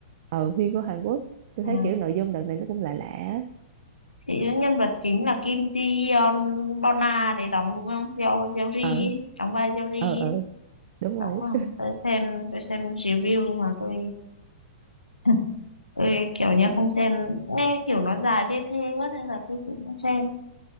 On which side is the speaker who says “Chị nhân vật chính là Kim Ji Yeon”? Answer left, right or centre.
Left